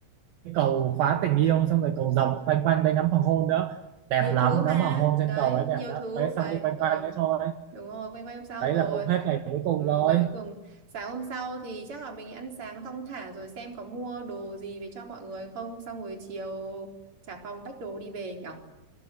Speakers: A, on the right; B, on the right.
A: cái cầu khóa tình yêu xong rồi cầu rồng quanh quanh đây ngắm hoàng hôn nữa đẹp
B: nhiều
A: lắm
B: thứ mà
A: ngắm hoàng hôn trên
B: đấy
A: cầu đấy đẹp
B: nhiều
A: lắm
B: thứ
A: đấy
B: đấy
A: xong đi quanh
B: rồi
A: quanh đấy thôi
B: đúng rồi quanh quanh hôm sau
A: đấy
B: rồi
A: là cũng hết ngày cuối cùng
B: ừ,
A: rồi
B: ngày cuối cùng sáng hôm sau thì chắc là mình ăn sáng thong thả rồi xem có mua đồ gì về cho mọi người không xong rồi chiều trả phòng tách đồ đi về nhở